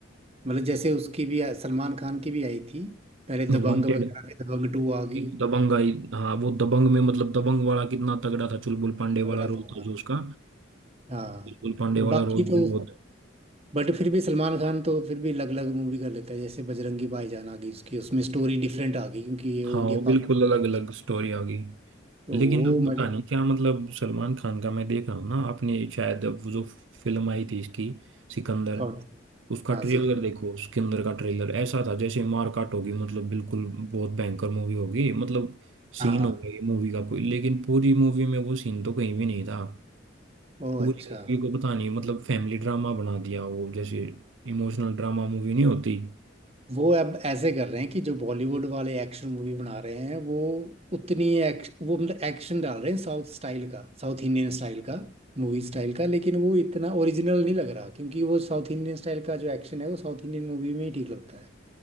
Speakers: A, on the right; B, on the right.
A: मतलब जैसे उसकी भी सलमान खान की भी आई थी पहले दबंग
B: वांटेड
A: वगैरह पे दबंग टू आ गई
B: एक दबंग आई हाँ वो दबंग में मतलब दबंग वाला कितना तगड़ा था चुलबुल पांडे
A: तगड़ा
B: वाला रोल
A: था
B: था जो उसका
A: हाँ
B: चुलबुल पांडे
A: पर
B: वाला
A: बाकी
B: रोल
A: तो
B: भी बहुत
A: बट फिर भी सलमान खान तो फिर भी अलग अलग मूवी कर लेता है जैसे बजरंगी भाईजान आ गई उसकी उसमें स्टोरी डिफरेंट आ गई क्योंकि ये
B: हाँ
A: वो इंडिया
B: वो बिल्कुल
A: पाकिस्तान
B: अलग अलग स्टोरी आ गई
A: तो
B: लेकिन
A: वो
B: अब
A: मजे
B: पता नहीं क्या मतलब सलमान खान का मैं देख रहा हूँ ना आपने शायद अब वो जो फिल्म आई थी इसकी सिकंदर
A: कौन सी
B: उसका
A: हाँ
B: ट्रेलर
A: जी कौन
B: देखो सिकंदर का ट्रेलर ऐसा था जैसे मारकाट होगी मतलब बिल्कुल बहुत भयंकर मूवी होगी मतलब
A: हाँ
B: सीन होगा ये मूवी का कोई लेकिन पूरी मूवी में वो सीन तो कहीं भी नहीं था
A: ओ
B: पूरी
A: अच्छा
B: मूवी को पता नहीं मतलब फैमिली ड्रामा बना दिया वो जैसे इमोशनल ड्रामा मूवी नहीं होती
A: वो अब ऐसे कर रहे हैं कि जो बॉलीवुड वाले एक्शन मूवी बना रहे हैं वो उतनी एक्श, वो मतलब एक्शन डाल रहे हैं साउथ स्टाइल का साउथ इंडियन स्टाइल का मूवी स्टाइल का लेकिन वो इतना ओरिजिनल नहीं लग रहा क्योंकि वो साउथ इंडियन स्टाइल का जो एक्शन है वो साउथ इंडियन मूवी में ही ठीक लगता है